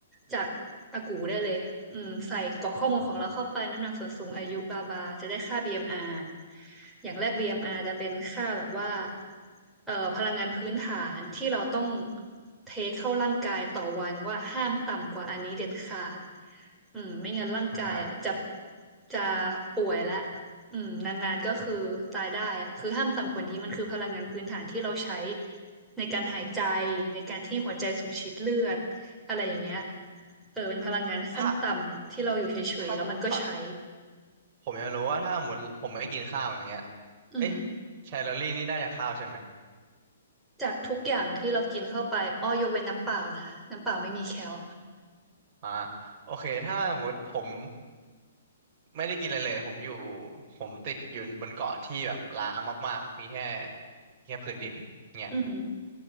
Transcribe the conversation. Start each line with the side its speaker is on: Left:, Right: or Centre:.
Centre: จากอากูได้เลยอืมใส่กรอกข้อมูลของเราเข้าไปน้ำหนักส่วนสูงอายุบาบาจะได้ค่า BMR อมอาร์อย่างแรก BMR จะเป็นค่าแบบว่าเอ่อพลังงานพื้นฐานที่เราต้องเทเข้าร่างกายต่อวันว่าห้ามต่ำกว่าอันนี้เด็ดขาดอืมไม่งั้นร่างกายอ่ะจะ
Right: อ่าฮะ
Centre: จะป่วยละ อืมนานๆก็คือตายได้อะคือห้ามต่ำกว่านี้มันคือพลังงานพื้นฐานที่เราใช้ในการหายใจในการที่หัวใจสูบฉีดเลือดอะไรอย่างเงี้ยเออเป็นพลังงานขั้นต่ำที่เราอยู่เฉยๆแล้วมันก็ใช้
Right: ถ้าถ้าถ้าผมอยากรู้ว่าถ้าหมดผมไม่กินข้าวอย่างเงี้ย
Centre: อืม
Right: เอ๊ะแคลอรี่นี่ได้จากข้าวใช่ไหม
Centre: จากทุกอย่างที่เรากินเข้าไปอ้อยกเว้นน้ำเปล่านะน้ำเปล่าไม่มีแคล
Right: อ่าโอเคถ้าหมดผมไม่ได้กินอะไรเลยผมอยู่ผมติดอยู่บนเกาะที่แบบร้างมากๆมีแค่มีแค่พื้นดินเนี่ย
Centre: อืม